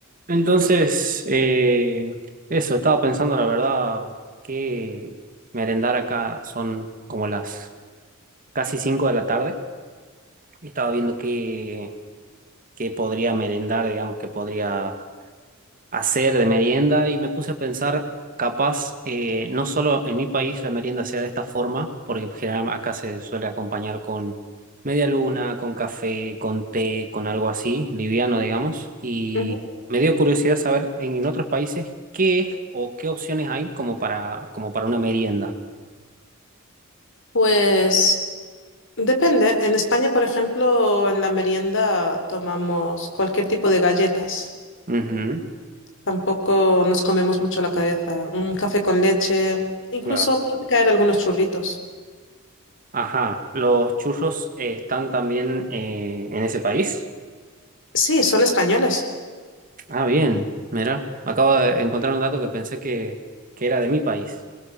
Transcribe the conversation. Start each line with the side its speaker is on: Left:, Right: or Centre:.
Right: Entonces, eh, eso, estaba pensando la verdad que merendar acá son como las casi 5 de la tarde. Estaba viendo qué, qué podría merendar, digamos, que podría hacer de merienda y me puse a pensar, capaz, eh, no solo en mi país la merienda sea de esta forma, porque pues, generalmente acá se suele acompañar con media luna, con café, con té, con algo así, liviano, digamos, y
Left: Ujú.
Right: me dio curiosidad saber en, en otros países qué es o qué opciones hay como para, como para una merienda.
Left: Pues depende. En España, por ejemplo, en la merienda tomamos cualquier tipo de galletas.
Right: Ujú,
Left: Tampoco nos comemos mucho la cabeza. Un café con leche. Incluso
Right: claro.
Left: pueden caer algunos churritos.
Right: Ajá, ¿los churros eh, están también eh, en ese país?
Left: Sí, son españoles.
Right: Ah, bien, mira, acabo de encontrar un dato que pensé que, que era de mi país.